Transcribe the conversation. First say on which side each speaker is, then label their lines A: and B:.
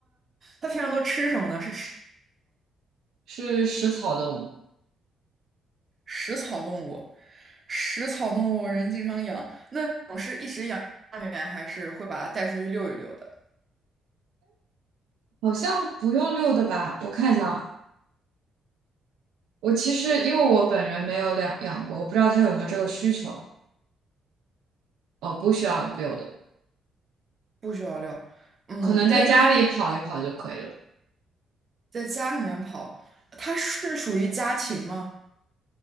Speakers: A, on the right; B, on the right.
A: 平常都吃什么呢？是吃
B: 是食草动物。
A: 食草动物，食草动物人经常养，那种是一直养家里面，还是会把它带出去遛一遛的？
B: 好像不用遛的吧？我看一下啊，我其实因为我本人没有养养过，我不知道他有没有这个需求。哦，不需要遛的，
A: 不需要遛，嗯，
B: 可能在家里跑一跑就可以了。
A: 那一般的。在家里面跑，它是属于家禽吗？